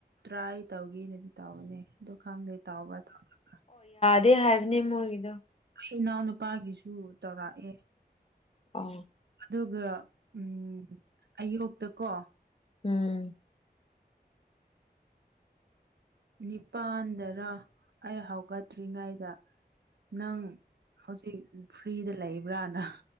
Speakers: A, on the right (about 85°); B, on the left (about 40°).
A: ꯇ꯭ꯔꯥꯏ ꯇꯧꯒꯦꯅꯗꯤ ꯇꯥꯎꯕꯅꯦ ꯑꯗꯣ ꯈꯪꯗꯦ ꯇꯥꯎꯕ ꯇꯧꯗꯕꯥ
B: ꯗꯦ ꯍꯥꯏꯕꯅꯦ ꯃꯣꯏꯒꯤꯗꯣ
A: ꯑꯩ ꯏꯅꯥꯎꯅꯨꯄꯥꯒꯤꯁꯨ ꯇꯧꯔꯛꯑꯦ
B: ꯑꯣ
A: ꯑꯗꯨꯒ ꯎꯝ ꯑꯌꯣꯛꯇꯀꯣ
B: ꯎꯝ
A: ꯅꯤꯄꯥꯥꯟꯗꯔ ꯑꯩ ꯍꯧꯒꯠꯇ꯭ꯔꯤꯉꯩꯗ ꯅꯪ ꯍꯧꯖꯤꯛ ꯐ꯭ꯔꯤꯗ ꯂꯩꯕ꯭ꯔꯥꯅ